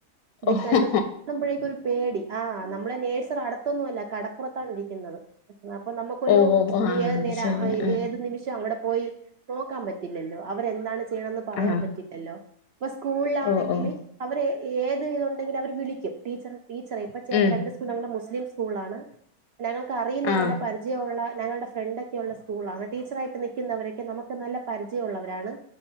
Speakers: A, on the right (about 65°); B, on the left (about 70°).
A: ഇത്
B: ഓഹ്
A: കണ്ട് മ്പയേക് ഒരു പേടി ആ ഞമ്മളെ നൈസർ അടുത്തൊന്നൂല്ല കടപ്പുറത്താണ് ഇരിക്കുന്നത് അപ്പം ഒരു
B: ഓഹ് ഓഹ് ഓഹ് ആഹ്
A: ഏത്
B: അത്
A: നേര
B: ശരി ആഹ്
A: ഏതു നിമിഷ അവിടെ. പോയി നോക്കാൻ പറ്റില്ലല്ലോ അവര് എന്താണ് ചെയ്യുന്നത് എന്ന് പറയാൻ
B: ആഹ്
A: പറ്റില്ലാലോ ഇപ്പ സ്കൂളിലാണെങ്കില്
B: ഓഹ് ഓഹ്
A: അവര് ഏത് ഇതൊണ്ടങ്കില് അവര് വിളിക്കും ടീച്ചർ ടീച്ചറെ ഇപ്പം ചേർത്ത
B: ഉം
A: രണ്ട് സ്കൂളും മുസ്ലിം സ്കൂളാണ് ഞങ്ങൾക് അറിയുന്ന
B: ആഹ്
A: നല്ല പരി ഒള്ള ഞങ്ങടെ ഫ്രണ്ടക്കെയുള്ള സ്കൂളാണ് ടീച്ചറായിട്ട് നിക്കുന്നവരൊക്കെ നമ്മക്ക് നല്ല പരിജയള്ളവരാണ്